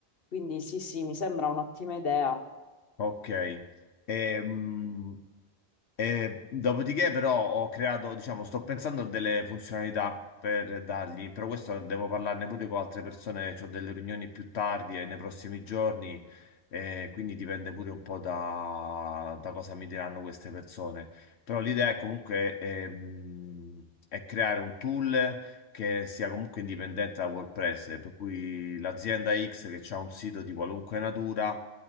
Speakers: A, on the left (about 65°); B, on the left (about 85°).
A: Quindi sì, sì, mi sembra un'ottima idea.
B: Ok, Ehm, e dopodiché, però, ho creato, diciamo, sto pensando a delle funzionalità per dargli, però questo devo parlarne pure con altre persone, ho delle riunioni più tardi e nei prossimi giorni, e quindi dipende pure un po' da, da cosa mi diranno queste persone. Però l'idea è comunque ehm, è creare un tool che sia comunque indipendente da WordPress, per cui l'azienda X che ha un sito di qualunque natura